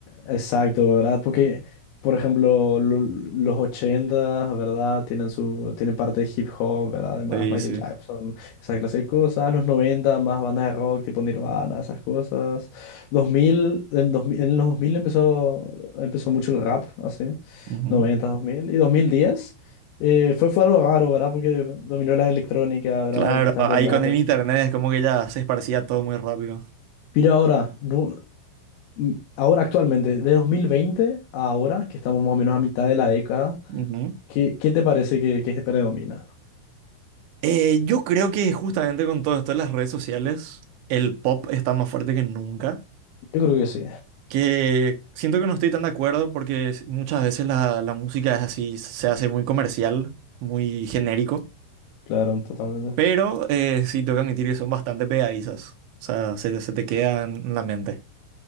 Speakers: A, on the left; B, on the right.
A: Exacto, ¿verdad? Porque, por ejemplo, lo- los 80, ¿verdad? Tienen su, tienen parte de hip hop, ¿verdad? Además,
B: Sí,
A: Michael
B: sí.
A: Jackson, esa clase de cosas. Los 90 más bandas de rock tipo Nirvana, esas cosas. dos mil en, dos mil en los 2000 empezó, empezó mucho el rap, así.
B: Ujú,
A: noventa dos mil Y 2010 eh, fue, fue algo raro, ¿verdad? Porque dominó la electrónica, ¿verdad?
B: Claro,
A: Y justamente
B: ahí
A: el rap.
B: con el internet es como que ya se esparcía todo muy rápido.
A: Pero ahora, nu- mm, ahora actualmente, de 2020 a ahora, que estamos más o menos a mitad de la década,
B: ujú.
A: ¿qué, qué te parece que, que predomina?
B: Eh, yo creo que justamente con todo esto de las redes sociales, el pop está más fuerte que nunca.
A: Yo creo que sí,
B: que siento que no estoy tan de acuerdo porque es- muchas veces la, la música es así, se hace muy comercial, muy genérico,
A: claro, totalmente.
B: pero eh, sí tengo que admitir que son bastante pegadizas, o sea, se, te- se te quedan en la mente.